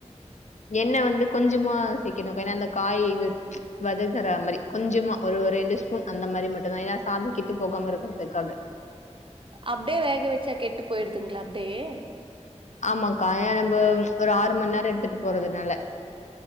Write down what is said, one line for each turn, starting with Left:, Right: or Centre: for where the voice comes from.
Left: எண்ண வந்து கொஞ்சமா சேக்கணும் ஏன்னா அந்த காய் இது வதங்கற மாதிரி கொஞ்சமா ஒரு ரெண்டு ஸ்பூன் அந்த மாதிரி மட்டும்தா ஏன்னா சாத கேட்டு போகாம இருக்கிறதுக்காக
Right: அபடியே வேக வச்சா கெட்டு போயடுதுங்களா அபடியே
Left: ஆமாக்கா ஏ நம்ம ஒரு ஆறு ம நேரம் எடுத்துட்டு போறதுனால